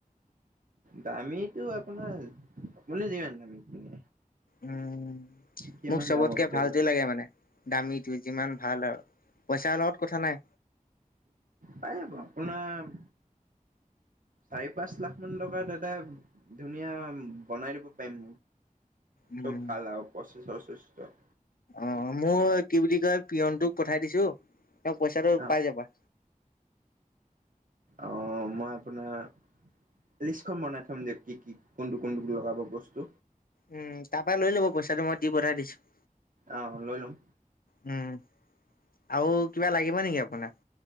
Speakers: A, on the right (about 70°); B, on the left (about 85°).
A: দামীটো আপোনাৰ আপুনি যিমান দামী। কিনে
B: উম,
A: কিমান
B: মোক চবতকে
A: দামৰ ভিতৰত
B: ভালটোৱে লাগে মানে। দামীটো যিমান ভাল আৰু পইচাৰ লগত কথা নাই।
A: পাই যাব আপোনাৰ চাৰি পাঁচ লাখ মান টকাত এটা ধুনীয়া বনাই দিব পাৰিম।
B: উম,
A: চব ভাল আৰু প্ৰচ্চেছৰ চচ্চেছৰ।
B: অ', মোৰ কি বুলি কয় পিয়নটোক পঠাই দিছো তেওঁ পইচাটো
A: অ
B: পাই যাবা।
A: অ', মই আপোনাৰ লিষ্টখন বনাই থম দিয়ক কি কি কোনটো কোনটো লগাব বস্তু।
B: উম, তাৰ পৰা লৈ ল'ব পইচাটো মই দি পঠাই দিছো।
A: অ', লৈ ল'ম।
B: উম, আৰু কিবা লাগিব নেকি আপোনাক